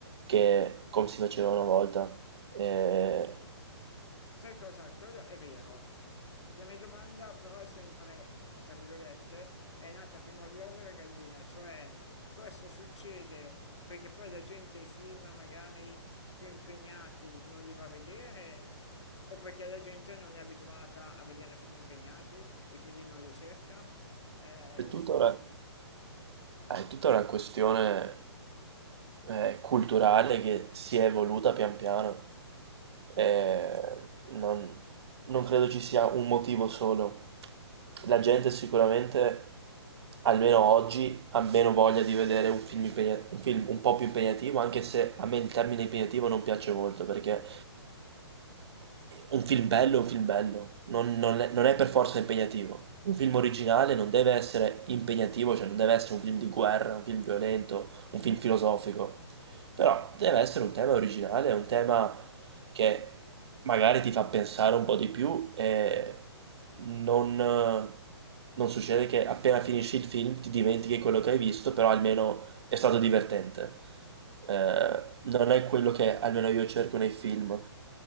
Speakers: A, on the right; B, on the left.
A: che come si faceva una volta. Eh,
B: Eh sì. Sai cosa? Quello è vero. La mia domanda però è sempre, tra virgolette, è nata prima l'uovo e la gallina, cioè questo succede perché poi la gente i film magari più impegnati non li va a vedere o perché la gente non è abituata a vedere film impegnati e quindi non li cerca? Eh,
A: è
B: è
A: tutta
B: difficile.
A: una, è tutta una questione eh, culturale che si è evoluta pian piano.
B: Ci
A: Eh,
B: sta.
A: non, non credo ci sia un motivo solo. La gente sicuramente, almeno oggi, ha meno voglia di vedere un film, impegna- un film un po' più impegnativo, anche se a me il termine impegnativo non piace molto perché Un film bello è un film bello, non, non è, non è per forza impegnativo. Un film originale non deve essere impegnativo, cioè non deve essere un film di guerra, un film violento, un film filosofico. Però deve essere un tema originale, un tema che magari ti fa pensare un po' di più e non, non succede che appena finisci il film ti dimentichi quello che hai visto, però almeno è stato divertente. Eh, non è quello che almeno io cerco nei film,